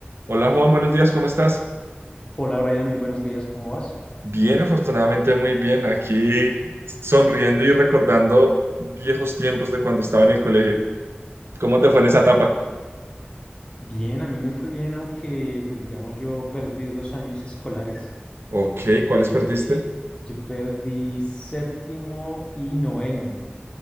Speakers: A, on the right; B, on the left.
A: Hola Juan, buenos días, ¿cómo estás?
B: Hola Brian, muy buenos días, ¿cómo vas?
A: Bien, afortunadamente muy bien, aquí sonriendo y recordando viejos tiempos de cuando estaba en el colegio. ¿Cómo te fue en esa etapa?
B: Bien, a mí me fue bien, aunque pues digamos yo perdí dos años escolares.
A: Ok, ¿cuáles
B: Y
A: perdiste?
B: eh, yo perdí séptimo y noveno.